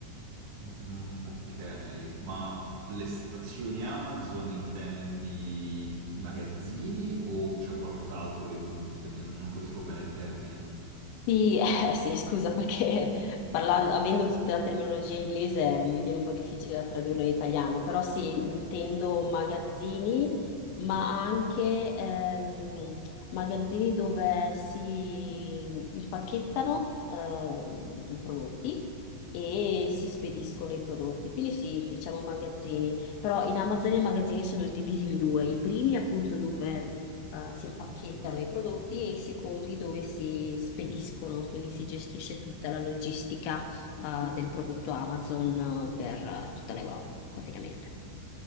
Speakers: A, on the right; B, on the left.
A: Mm, ok, ma le stazioni Amazon intendi i magazzini o c'è qualcos'altro che... mm, perché non non capisco bene il termine.
B: Sì, eh, sì, scusa perché parlando, avendo tutta la terminologia inglese mi viene un po' difficile da tradurlo in italiano, però sì, intendo magazzini, ma anche ehm, magazzini dove si impacchettano eh, i prodotti e si spediscono i prodotti. Quindi sì, diciamo magazzini, però in Amazon i magazzini sono divisi in due, i primi appunto dove eh, si impacchettano i prodotti e i secondi dove si spediscono, quindi si gestisce tutta la logistica, eh, del prodotto Amazon eh, per, eh, tutta l'Europa, praticamente.